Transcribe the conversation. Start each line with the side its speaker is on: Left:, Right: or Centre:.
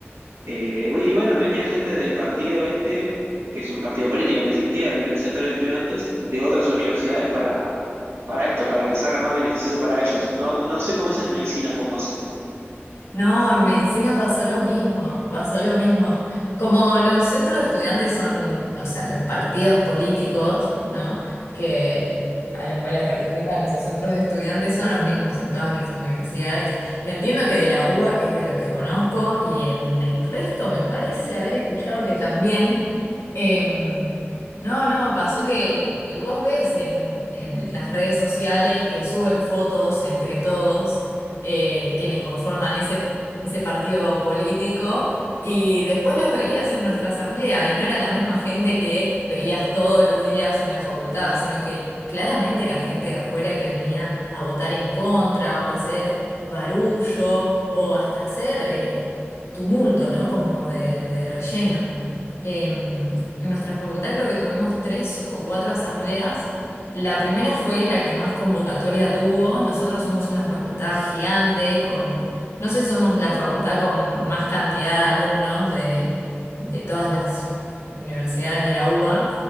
Right: Eh, y bueno, venía gente del partido este, que es un partido político en definitiva, el del centro de estudiantes, de otras universidades para, para esto, para que salga más beneficioso para ellos. No, no sé cómo es en medicina, cómo hacen.
Left: No, en medicina pasó lo mismo, pasó lo mismo. Como los centros de estudiantes son, o sea, los partidos políticos, ¿no? Que a los cuales representan esos centros de estudiantes son los mismos en todas las universidades. Entiendo que de la UBA, que es de lo que conozco, y en el resto me parece haber escuchado que también, Em, no, no, pasó que, que vos ves en, en las redes sociales que suben fotos entre todos eh, quienes conforman ese, ese partido político y después los veías en nuestra asamblea y no era la misma gente que veías todos los días en la facultad, sino que claramente era gente de afuera que venía a votar en contra o a hacer barullo o hasta hacer eh, tumulto, ¿no? Como de de relleno. Em, en nuestra facultad creo que tuvimos tres o cuatro asambleas. La primera fue la que más convocatoria tuvo. Nosotros somos una facultad gigante con, no sé, si somos la facultad con más cantidad de alumnos de, de todas las universidades de la UBA,